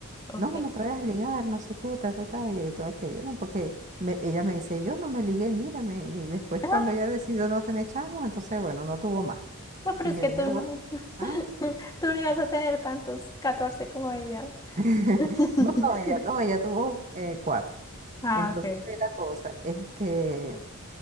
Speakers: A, on the left; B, on the right.
A: ok.
B: No, no te vayas a ligar, no sé qué, ta, ta, ta, y todo aquello, ¿no? Porque me- ella me dice, yo no me ligué, mírame. Y después
A: <laughs>
B: cuando ella decidió no tener chamos, entonces, bueno, no tuvo más.
A: No, pero
B: Y
A: es
B: yo
A: que
B: dije,
A: tú no,
B: bueno,
A: <laughs>
B: ah,
A: tú no ibas a tener tantos 14 como ella.
B: <laughs>
A: <laughs>
B: no, ella, no, ella tuvo eh, cuatro.
A: Ah,
B: Entonces,
A: ok.
B: ve la cosa, este,